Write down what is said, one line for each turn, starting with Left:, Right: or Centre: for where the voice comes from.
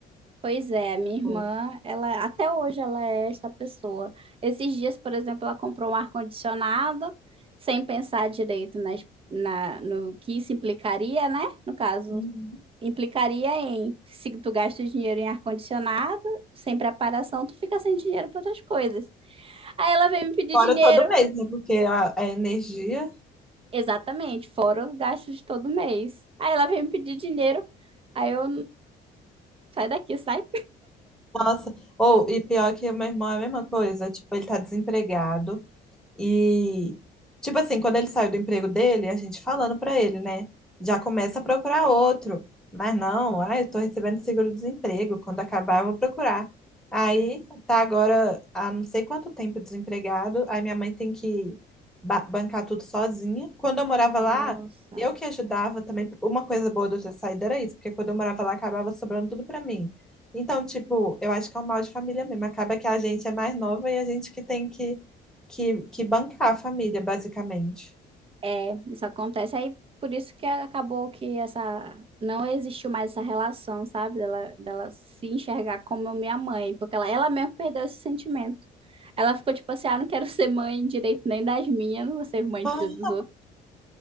Right: Pois é, a minha irmã,
Centre: Boa.
Right: ela até hoje ela é essa pessoa. Esses dias, por exemplo, ela comprou um ar-condicionado sem pensar direito nas, na, no que isso implicaria, né? No caso,
Centre: Uhum.
Right: implicaria em se tu gasta o dinheiro em ar-condicionado, sem preparação, tu fica sem dinheiro para outras coisas. Aí ela veio me pedir
Centre: Agora
Right: dinheiro.
Centre: todo mês, né? Porque a, a energia.
Right: Exatamente, fora os gastos de todo mês. Aí ela veio me pedir dinheiro. Aí eu, sai daqui, sai.
Centre: Nossa. Ou, e pior que o meu irmão é a mesma coisa. Tipo, ele tá desempregado. E, tipo assim, quando ele saiu do emprego dele, a gente falando pra ele, né? Já começa a procurar outro. Mas não, ah, eu tô recebendo seguro-desemprego. Quando acabar, eu vou procurar. Aí tá agora há não sei quanto tempo desempregado. Aí minha mãe tem que ba- bancar tudo sozinha. Quando eu morava
Right: Nossa.
Centre: lá, eu que ajudava também. Uma coisa boa de eu ter saído era isso, porque quando eu morava lá, acabava sobrando tudo pra mim. Então, tipo, eu acho que é um mal de família mesmo. Acaba que a gente é mais nova e a gente que tem que que, que bancar a família, basicamente.
Right: É, isso acontece. Aí por isso que acabou que essa, não existiu mais essa relação, sabe? Dela, dela se enxergar como minha mãe, porque ela, ela mesma perdeu esse sentimento. Ela ficou tipo assim, ah, não quero ser mãe direito nem das minhas, não vou ser mãe de
Centre: Ah,
Right: filho dos outros.